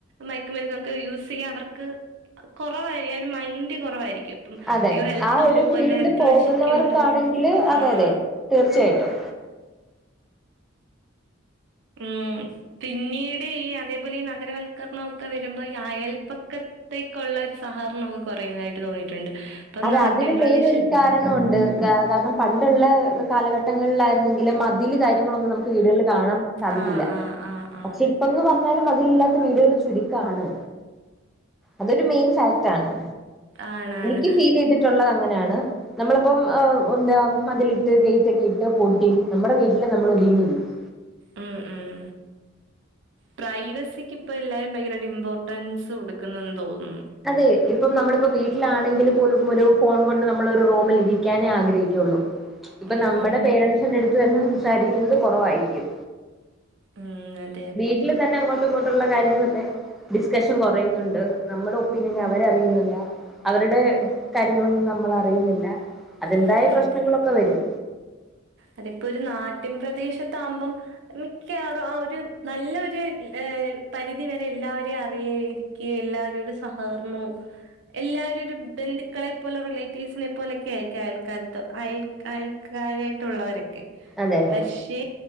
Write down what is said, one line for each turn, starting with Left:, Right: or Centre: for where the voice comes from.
Right: മയക്കുമരുന്നൊക്ക് യൂസ് ചെയ്യ അവർക്ക്! !!!!!!!!! കുറവായിരിക്കും ഒരു മൈൻഡ് കുറവായിരിക്കും ഇപ്പം
Centre: അതെ
Right: അയ്യോ ഹെൽത്ത്
Centre: ആ ഒരു
Right: പോവല്ലോ
Centre: ഫീൽഡ്
Right: ഹെൽത്ത്
Centre: പോകുന്നവർക്കാണെങ്കില്
Right: നശിക്കുവല്ലോ
Centre: അതെ
Right: ആഹ്.
Centre: അതെ തീർച്ചയായിട്ടും
Right: ഉം പിന്നീട് ഈ അതെപോലെ ഈ നഗരവൽക്കര്ണൊക്കെ വരുമ്പൊ അയൽപ്പക്കത്തേക്കുള്ള ഒരു സഹകരണൊക്കെ കൊറയുന്നതായിട്ട് തോന്നിയിട്ടുണ്ട് ഇപ്പം
Centre: അതെ
Right: നാട്ടിൻ
Centre: അതിന്
Right: പ്രദേശത്ത്
Centre: മെയിനൊരു കാരണം കളുണ്ട് കാരണം പണ്ടുള്ള കാലഘട്ടങ്ങളിലായിരുന്നെങ്കില് മ തില് കാര്യങ്ങളൊന്നും നമുക്ക് വീടുകളില് കാണാൻ സാധിക്കില്ല
Right: ആഹ് ആഹ് ആഹ് ആഹ്
Centre: പക്ഷെ ഇപ്പെന്ന് പറഞ്ഞാലും മതിലില്ലാത്ത വീടുകള് ചുരുക്കാണ് അതൊരു മെയിൻ ഫാക്റ്റ്ണ്
Right: ആണാണ് ണ്
Centre: ഈ ഫീൽ ചെയ്തിട്ടുള്ളത് അങ്ങനെയാണ് നമ്മളിപ്പം എന്താ മതിലിട്ട് ഗെയ്റ്റൊക്കെയിട്ട് പൂട്ടി നമ്മുടെ വീട്ടില് നമ്മളൊതുങ്ങിയിരിക്കും
Right: ഉം ഉം പ്രൈവസിക്ക് ഇപ്പോ എല്ലാരും ഭയങ്കരമായി ഇമ്പോർട്ടൻസ് കൊടുക്കുന്നെന്ന് തോന്നുന്നു
Centre: അതെ ഇപ്പം നമ്മളിപ്പോ വീട്ടിലാണെങ്കിൽ പോലും ഒരു ഫോൺ കൊണ്ട് നമ്മൾ ഒരു റൂമിൽരിക്കാനേ ആഗ്രഹിക്കുള്ളൂ ഇപ്പ
Right: ഉം
Centre: നമ്മ്ടെ
Right: ഉം
Centre: പേരൻസിന്റെ അടുത്തെന്നെ സംസാരിക്ക്ന്നത് കൊറവായിരിക്കും
Right: ഉം അയെ
Centre: വീട്ടില് തന്നെ അങ്ങോട്ടും ഇങ്ങോട്ടുള്ള കാര്യങ്ങളൊക്കെ ഡിക്റ്റേഷൻ കൊറയുന്നുണ്ട് നമ്മ്ടെ ഒപ്പീനിയൻ അവരറിയ്ന്നില്ല അവരുടെ കാര്യങ്ങളൊന്നും നമ്മളറിയുന്നില്ല അതിന്റെതായ
Right: ഉം
Centre: പ്രശ്നങ്ങളൊക്കെ
Right: അതെ
Centre: വരും
Right: അതിപ്പോ ഒരു നാട്ടിൻ പ്രദേശത്ത ആകുമ്പം മിക്കവാറും ആഹ് ഒരു നല്ലൊര് പരിധി വരെ എല്ലാവരേം അറിയാരിക്കും എല്ലാരോടും സഹകരണവും എല്ലാവരുഒരു ബന്ധുക്കളെ പോലെ റിലേറ്റീവ്സിനെ പോലൊക്കെയായിരിക്കും അയൽക്കാരത്ത് അയൽ അയൽ അയൾ ത്തുള്ളവരൊക്കെ
Centre: അതെ അതെ
Right: പക്ഷേ